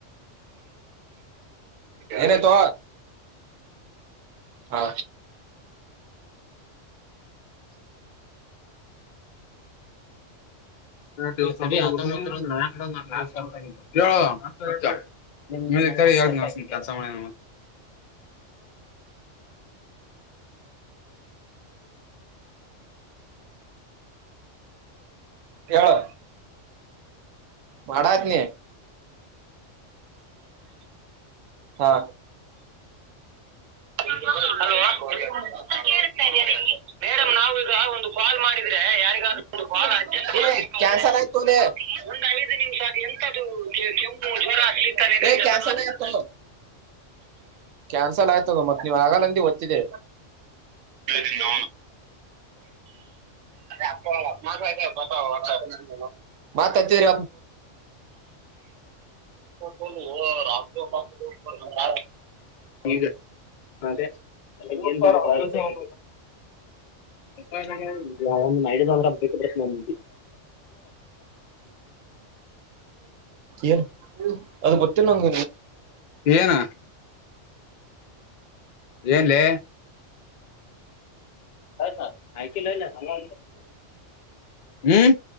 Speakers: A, on the right; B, on the left.
A: ಏನಾಯ್ತು ಹಾ
B: ಕಪ <unintelligible>
A: <inaudible> ಹೇಳು ಮಾಡತ್ ನೀ ಹಾ <unintelligible> ಮೇಡಮ್ ನಾವ ಈಗ ಒಂದು ಕಾಲ್ ಮಾಡಿದ್ರೆ ಯಾರಿಗ ಕಾ ಕ್ಯಾನ್ಸಲ್ ಆಯ್ತೊಲೆ <unintelligible> ಕ್ಯಾನ್ಸಲ್ ಆಯ್ತದ ಮತ್ತ ನೀವ್ ಆಗಲ್ಲಂದ ದತ್ತಿದೆ ಇ ನ ಅಪ್ಪ ಅಬ್ ಮತ್ ಅಚ್ಚರಿ <unintelligible>
B: ಇದು ಅದೇ <unintelligible>
A: <inaudible>
B: ಡಂದ್ರ ಬೇಕಿದ ನ
A: ಏ ಅದು ಗೊತ್ತೇ ನಂಗ
B: ಏನ್ ಏನ್ಲೆ ಹ ಹ ಆಯಕಲ ಇಲ್ಲ ಹ ಹ್ಮ್